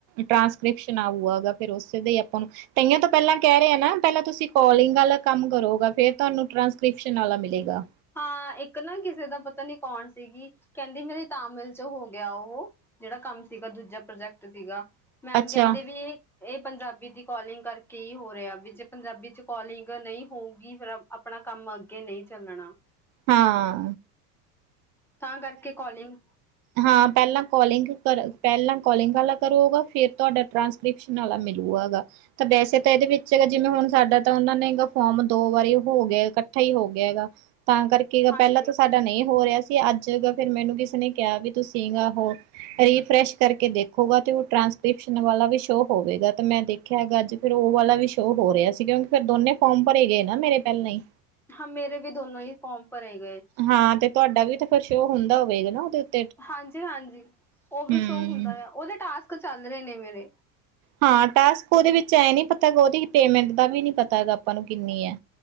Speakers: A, on the right; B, in the centre.
A: ਟਰਾਂਸਪੇਕ੍ਰਿਸ਼ਨ ਆਊਗਾ, ਫੇਰ ਔਸੇ ਤੇ ਆਪਾਂ ਨੂੰ ਤਈਆਂ ਤੋਂ ਪਹਿਲਾਂ ਕਹਿ ਰਹੇ ਆ ਨਾ ਪਹਿਲਾਂ ਤੁਸੀਂ ਕੋਲਿੰਗ ਵਾਲਾ ਕੰਮ ਕਰੋਗਾ, ਫੇਰ ਤੁਹਾਨੂੰ ਟਰਾਂਸਕ੍ਰਿਪਸ਼ਨ ਵਾਲਾ ਮਿਲੇਗਾ।
B: ਹਾਂ, ਇੱਕ ਨਾ ਕਿਸੇ ਦਾ ਪਤਾ ਨੀ ਕੌਨ ਸੀਗੀ ਕਹਿੰਦੀ ਮੇਰੀ ਤਾਮਿਲ ਚ ਹੋ ਗਿਆ ਔਹ। ਜੇਹੜਾ ਕੰਮ ਸੀਗਾ ਦੂਜਾ ਪ੍ਰੋਜੈਕਟ ਸੀਗਾ। ਮੈਮ
A: ਅੱਛਾ
B: ਕਹਿੰਦੀ ਪਈ ਏ ਏਹ ਪੰਜਾਬੀ ਦੀ ਕੋਾਲਿੰਗ ਕਰਕੇ ਹੀ ਹੋ ਰਿਹਾ ਵਿ ਪੰਜਾਬੀ ਚ ਕੋਲਿੰਗ ਨਹੀਂ ਹੋਊਗੀ ਫਿਰ ਆਪਣਾ ਕੰਮ ਅੱਗੇ ਨਹੀਂ ਚਲਨਾ।
A: ਹਾਂ।
B: ਤਾਂ ਕਰਕੇ ਕਾਲਿੰਗ
A: ਹਾਂ, ਪਹਿਲਾਂ ਕੋਲਿੰਗ ਕਰ ਪਹਿਲਾਂ ਕੋਲਿੰਗ ਵਾਲਾ ਕਰੋਗਾ, ਫੇਰ ਤੁਹਾਡਾ ਟ੍ਰਾਂਸ ਕ੍ਰਿਪੈਸ਼ਨ ਵਾਲਾ ਮਿਲੂਆ ਗਾ। ਤਾਂ ਵੈਸੇ ਤਾਂ ਏਹਦੇ ਵਿੱਚ ਜਿਵੇਂ ਹੁਣ ਸਾਡਾ ਤਾਂ ਔਹਨਾਂ ਗਾ ਫੋਮ ਦੋ ਵਾਰੀ ਹੋ ਗਿਆ ਕੱਠਾ ਹੀ ਹੋ ਗਿਆ ਐਗਾ। ਤਾਂ ਕਰਕੇ
B: ਹਾਂਜੀ
A: ਪਹਿਲਾਂ ਤਾਂ ਸਾਡਾ ਨਹੀਂ ਹੋ ਰਿਹਾ ਸੀ। ਅੱਜ ਫੇਰ ਮੈਨੂੰ ਕਿਸੇ ਨੇ ਕਿਆ ਤੁ ਸੀ ਗਾ ਰੀ ਫਰੈਸ਼ ਕਰਕੇ ਦੇਖੋਗਾ ਤੇ ਉਹ ਟ੍ਰਾਂਸਕ੍ਰਿਪਸ਼ਨ ਵਾਲਾ ਵੀ ਸ਼ੋਉ ਹੋਵੇਗਾ ਤੇ ਮੈਂ ਦੇ ਖੈ ਹੈਗਾ ਜੀ ਫੇਰ ਔਹ ਵਾਲਾ ਵੀ ਸ਼ੋਅ ਹੋ ਰਿਹਾ ਸੀ ਕਿਉਕਿ ਦੋਨੇ ਫੋਮ ਭਰੇ ਗਏ ਨਾ ਮੇਰੇ ਪਹਿਲਾਂ ਹੀ।
B: ਹਾਂ, ਮੇਰੇ ਵੀ ਦੋਨੋ ਹੀ ਫੋਮ ਭਰੇ ਗਏ।
A: ਹਾਂ ਤੇ ਤੁਹਾਡਾ ਵੀ ਤਾਂ ਕੁਛ ਸ਼ੋਅ ਹੁੰਦਾ ਹੋਵੇਗਾ ਨਾ ਉਹਦੇ ਤੇ।
B: ਹਾਂਜੀ-ਹਾਂਜੀ, ਉਹ ਵੀ
A: ਹੂੰ।
B: ਸ਼ੋ ਹੁੰਦਾ ਵੇ ਔਦੇ ਟਾਸਕ ਚੱਲ ਰਹੇ ਨੇ ਮੇਰੇ।
A: ਹਾਂ, ਟਾਸਕ ਔਦੇ ਵਿੱਚ ਐਂ ਨੀ ਪਤਾ ਔਦੀ ਪੇਮੈਂਟ ਦਾ ਵੀ ਨੀ ਪਤਾ ਆਪਾਂ ਨੂੰ ਕਿੰਨੀ ਐ।